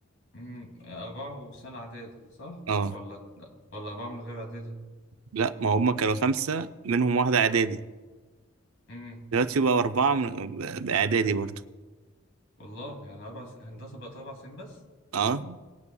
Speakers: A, on the left; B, on the right.
A: امم أربعة وسنة إعدادي صح؟
B: اه
A: ولا ولا أربعة من غير إعدادي؟
B: لا ما هما كانوا خمسه منهم واحده اعدادي
A: امم
B: دلوقتي بقى أربعة من- بإعدادي برضه
A: والله يعني أربع س... هندسة بقت أربع سنين بس
B: اه